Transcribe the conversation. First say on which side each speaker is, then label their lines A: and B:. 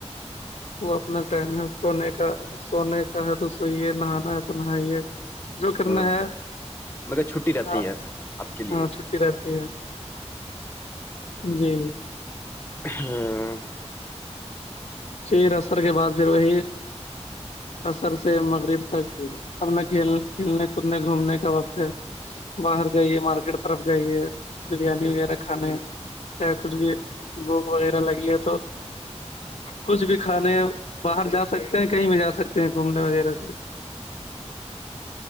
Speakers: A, on the left; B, on the left.
A: وہ اپنا ٹائم ہے سونے کا سونے کا ہے تو سوئیے نہانا ہے تو نہائیے جو کرنا
B: ہ ہ
A: ہے
B: مگر چھٹی رہتی
A: ہاں
B: ہے آپ کے لیے
A: ہاں چھٹی رہتی ہے جی
B: ہاں
A: شیر عصر کے بعد پھر وہی عصر سے مغرب تک اپنا کھیل کھیلنے کودنے گھومنے کا وقت ہے باہر جائیے مارکیٹ طرف جائیے بریانی وغیرہ کھانے چاہے کچھ بھی بھوک وغیرہ لگی ہے تو کچھ بھی کھانے باہر جا سکتے ہیں کہیں بھی جا سکتے ہیں گھومنے وغیرہ